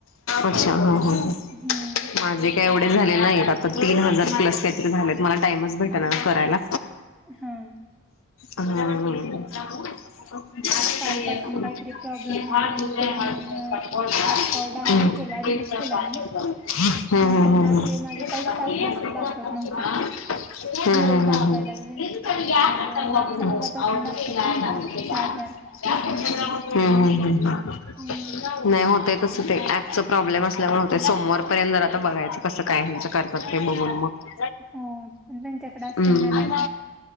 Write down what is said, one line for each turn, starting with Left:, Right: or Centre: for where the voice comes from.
Left: अच्छा हम्म हम्म हम्म
Centre: हम्म
Left: माझे का एवढे झाले नाहीत आता तीन हजार प्लस काहीतरी झालेत मला टाइमच भेटणा अग करायला.
Centre: हा.
Left: हम्म हम्म. <unintelligible>
Centre: ते कालपासून काहीतरी
Left: हम्म
Centre: प्रॉब्लेम येतोय म्हण ते
Left: हम्म
Centre: म्हण ऍप
Left: हम्म
Centre: डाव हे केला डिलीट केला मी.
Left: हम्म.
Centre: नंतर ना
Left: हम्म
Centre: असे माझे काहीच टास्क दाखवत
Left: हम्म
Centre: नव्हते.
Left: हम्म
Centre: झिरोज दाखवायला लागले.
Left: हम्म
Centre: मग म आता मगापासून
Left: अच्छा.
Centre: दाखवतेत परत सहा
Left: <inaudible> ह,
Centre: हजार.
Left: ह, ह, ह.
Centre: हम्म.
Left: नाही होतय तसं ते. ऍपच प्रॉब्लेम असल्यामुळे होतय. सोमवारपर्यंत जर आता बघायचं. कसं काय हेंच कर तय बघून मग.
Centre: हो पण त्यांच्याकडे असतोय
Left: हम्म.
Centre: ना डाटा